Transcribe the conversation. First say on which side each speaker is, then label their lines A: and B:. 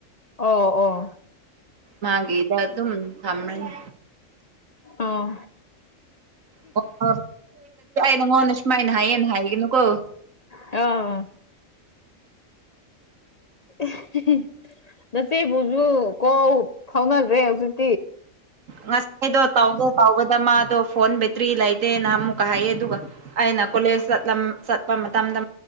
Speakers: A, on the left; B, on the right.
A: ꯑꯣ ꯑꯣ
B: ꯃꯥꯒꯤꯗ ꯗꯨꯝ ꯊꯝꯔꯅꯤ
A: ꯑꯥ
B: <unintelligible> ꯅꯪꯉꯣꯟꯗ ꯁꯨꯃꯥꯏꯅ ꯍꯥꯏꯌꯦꯅ ꯍꯥꯏꯒꯅꯨꯀꯣ
A: ꯑ ꯑꯍꯤꯍꯤ ꯅꯆꯦꯕꯨꯖꯨ ꯀꯣ ꯐꯥꯎꯅꯗ꯭ꯔꯦ ꯍꯧꯖꯤꯛ
B: ꯉꯁꯥꯏꯗꯣ ꯇꯧꯒꯦ ꯇꯧꯕꯗ ꯃꯥꯗꯣ ꯐꯣꯟ ꯕ‌ꯦ ꯇ꯭ꯔꯤ ꯂꯩꯇꯦꯅ ꯑꯃꯨꯛꯀ ꯍꯥꯏꯌꯦ ꯑꯗꯨꯒ ꯑꯩꯅ ꯀꯣꯂꯦꯖ ꯆꯠꯄ ꯃꯇꯝꯗ